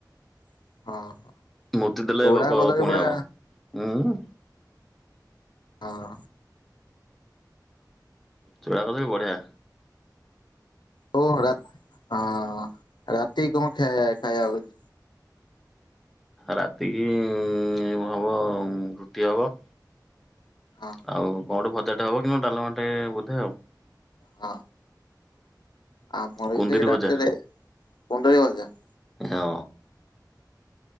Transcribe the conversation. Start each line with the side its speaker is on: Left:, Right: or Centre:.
Left: ହଁ।
Centre: ମୂର୍ତ୍ତି ଦେଲେ
Left: ଚୁଡା
Centre: ଭୋକ
Left: କଦଳୀ
Centre: ପୁଣି
Left: ପୁରା
Centre: ହବ ହୁଁ।
Left: ହଁ।
Centre: ଚୁଡ଼ା କଦଳୀ ବଢ଼ୀୟା।
Left: ଓ ହଁ ରାତି କଣ ଖାଇ ଖାଇବା ହଉଛି?
Centre: ରାତିକି ଉଁ ହବ ରୁଟି ହବ।
Left: ହଁ
Centre: ଆଉ କଣଠୁ ଭଜା ହେବ କିନ୍ତୁ ଡାଲମା ଟେ ବୋଧେ ଆଉ।
Left: ହଁ। ଆମର
Centre: କୁନ୍ଦୁରି
Left: ବି ସେଇ ରାତିରେ
Centre: ଭଜା
Left: କୁନ୍ଦୁରି ଭଜା।
Centre: ହଁ।